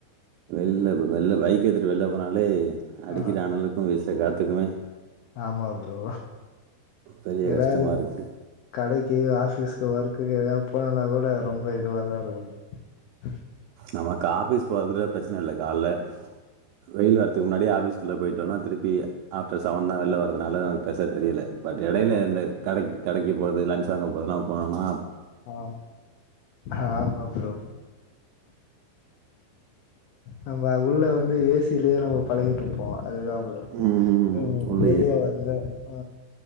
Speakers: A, on the right; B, on the left.
A: வெள்ல இப்ப வெள்ள ஃபைக்கு எட்த்துட்டு வெள்ல போனாலே அடிக்கிற
B: ஆ
A: அனலக்கு வீசுற காத் த்துக்குமே
B: ஆமா ஃப்ரோ
A: பெரிய
B: எதாவது
A: கஷ்டமா இருக்கு
B: கடைக்கி ஆபீஸ்க்கு ஒர்க்குக்கு எதாவது போனுனா கூட ரொம்ப இது வாதா <unintelligible>
A: நமக்கு ஆஃபீஸ் போறதுக்கு ஃப்ரச்சனை இல்ல கால்ல வெயில் வறதுக்கு முன்னாடி ஆபீஸ் குள்ள போயிட்டோன்னா திருப்பி ஆஃப்டர் ஃசெவன்தா வெளில வர்றதுனால நமக்கு பெருசா தெரியல பட் எடையில
B: ஆமா
A: இந்த கடைக் கடைக்கு போறது லன்ஞ்ச் வாங்க போறதுலா அவன் போனான்னா
B: ஆ ஆமா ஃப்ரோ நம்ப உள்ள வந்து ஏசியிலயே பழகிட்டுருப்போ அதுதா ப்ரோ
A: ம். உள்ள
B: வெளிய வந்து ஆ